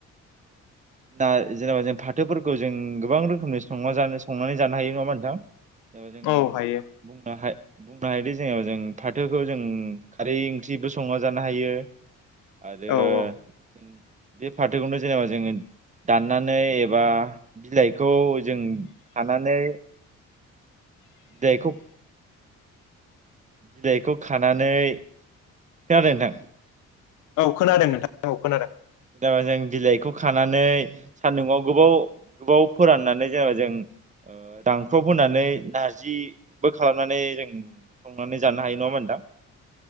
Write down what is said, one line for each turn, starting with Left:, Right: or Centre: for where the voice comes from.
Right: दा जेनेबा जों फाथोफोरखौ जों गोबां रोखोमनि संना जानो संनानै जानो हायो नङा होनबा नोंथां जेनेबा जों
Left: औ हायो
Right: बुंनो हाय बुंनो हायोदि जेनेबा जों फाथोखौ जों खारै ओंख्रिबो संना जानो हायो आरो
Left: औ
Right: जों
Left: औ
Right: बे फाथोखौनो जेनेबा जोङो दाननानै एबा बिलाइखौ जों खानानै बिलायखौ बिलाइखौ खानानै खोनादों नोंथां
Left: औ खोनादों नोंथां औ खोनादों
Right: जेनेबा जों बिलाइखौ खानानै सान्दुंआव गोबाव गोबाव फोराननानै जेनेबा जों ओ रानख्रब होनानै नारजिबो खालामनानै जों संनानै जानो हायो नङा होनबा नोंथां नोंथां